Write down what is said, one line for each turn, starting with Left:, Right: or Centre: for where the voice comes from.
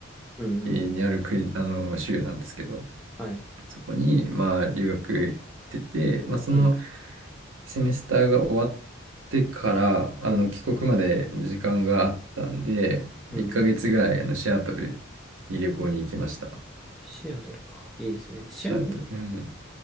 Centre: うんうん。
Right: にある国、あの州なんですけど、
Centre: はい。
Right: そこに、まあ、留学行ってて、まあ、その
Centre: うん。
Right: セメスターが終わってから、あの、
Centre: うん。
Right: 帰国まで時間があったんで、
Centre: うんうん
Right: 1ヶ月ぐらい、あの、シアトルに旅行に行きました。
Centre: シアトルか。いいですね。シアトル、
Right: シアトル、うん。